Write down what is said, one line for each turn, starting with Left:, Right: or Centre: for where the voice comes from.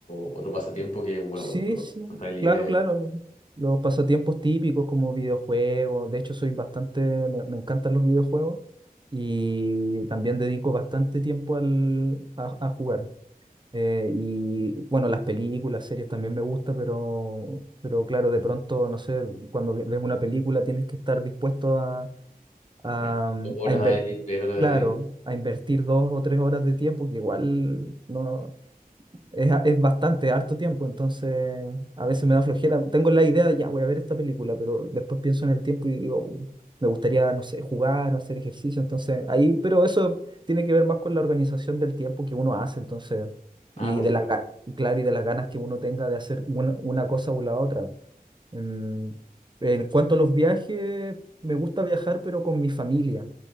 Left: otro pasatiempo que, bueno,
Right: sí,
Left: cuando, cuando
Right: sí,
Left: estás libre,
Right: claro, claro, los pasatiempos típicos como videojuegos, de hecho soy bastante, me, me encantan los videojuegos y también dedico bastante tiempo al, a, a jugar. Eh, y bueno, las películas, series también me gusta, pero, pero claro, de pronto, no sé, cuando ve- ves una película tienes que estar dispuesto a, a,
Left: unas horas
Right: invertir,
Left: ahí, tres horas
Right: claro,
Left: ahí?
Right: a invertir dos o tres horas de tiempo, que igual no, es, a- es bastante, harto tiempo, entonces a veces me da flojera. Tengo la idea, ya voy a ver esta película, pero después pienso en el tiempo y digo, "Uh, me gustaría, no sé, jugar o hacer ejercicio, entonces ahí, pero eso tiene que ver más con la organización del tiempo que uno hace, entonces, y
Left: Ah, por
Right: de
Left: supuesto.
Right: la, ga- claro, y de las ganas que uno tenga de hacer una, una cosa o la otra. Mm, en cuanto a los viajes, me gusta viajar, pero con mi familia.